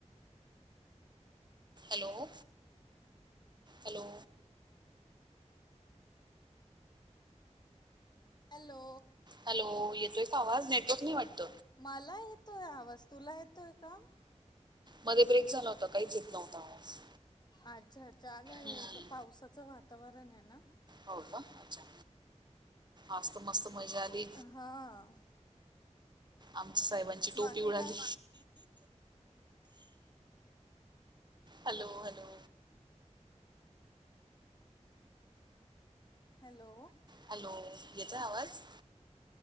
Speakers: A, on the right; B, on the left.
A: Hello! Hello!
B: Hello!
A: Hello! येतोय का आवाज? नेटवक नाही वाटत.
B: मला येतोय आवाज, तुला येतोय का?
A: मधे ब्रेक झाला होता काहीच येत नव्हता आवाज.
B: आच्छा आच्छा आगं
A: हम्म
B: हे त पावसाचं वातावरण हे ना?
A: हो का अच्छा. आज त मस्त मजा आली,
B: हां
A: आमच्या साहेबा ची टोपी
B: बाकी
A: उडाली.
B: काय
A: हॅलो! हॅलो!
B: हॅलो!
A: हॅलो! येतोय आवाज?